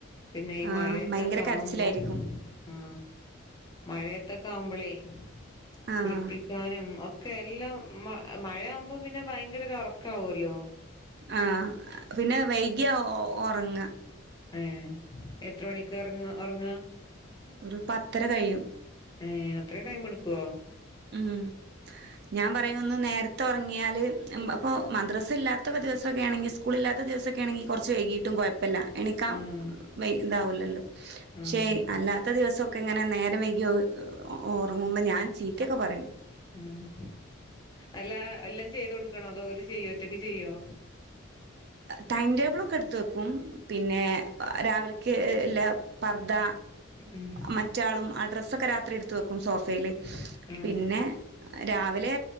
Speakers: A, on the left (about 20°); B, on the right (about 50°).
A: പിന്നെ ഈ
B: ആഹ്
A: മഴയത്തൊക്കെ
B: ഭയങ്കര കരച്ചിലായിരിക്കും
A: ആവുമ്പോ ആ മഴയത്തൊക്കെ ആവുമ്പോളേ
B: ആഹ്
A: കുളിപ്പിക്കാനും ഒക്കെ എല്ലാം മ മഴയാവുമ്പോ പിന്നെ ഭയങ്കര ഉറക്ക ഉറക്കാവുല്ലോ
B: ആ പിന്നെ വൈകിയ ഉറങ്ങ
A: ഏ എത്ര മണിക്ക് ഇറങ്ങ ഉറങ്ങ
B: ഒരു പത്തര കഴിയും
A: ഏ അത്രയും ടൈം എടുക്കുക്കൊ
B: ഉം ഞാൻ പറയ ഒന്ന് നേരത്തെ ഉറങ്ങിയാല് അപ്പോൾ മദ്രസ ഇല്ലാത്തെ ദിവസമൊക്കെ ആണെങ്കിൽ സ്കൂൾ ഇല്ലാത്ത ദിവസൊക്കെ ആണെങ്കിൽ കുറച്ച് വൈകിട്ടും കുഴപ്പമില്ല എണിക്കാൻ
A: ആഹ്
B: ഇതാവുലല്ലോ പക്ഷെ
A: ആഹ്
B: അല്ലാത്ത ദിവസഒക്കെ ഇങ്ങനെ നേരം വൈകി ഉറങ്ങുമ്പോ ഞാൻ ചി ചീത്ത ഒക്കെ പറയും
A: ഉം അല്ല എല്ലാം ചെയ്ത് കൊടുക്കണോ അതോ ഓര് ചെയ്യോ ഒറ്റക്ക് ചെയ്യോ
B: ടൈംടേബിൾ ഒക്കെ എടുത്ത് വെക്കും പിന്നെ രാവിലെക്ക് എല്ലാ പർദ
A: ഉം
B: മറ്റാളും ആ ഡ്രസ്സൊക്കെ രാത്രി എടുത്ത് വെക്കും സോഫയില്
A: ഉം ഉം
B: പിന്നെ രാവിലെ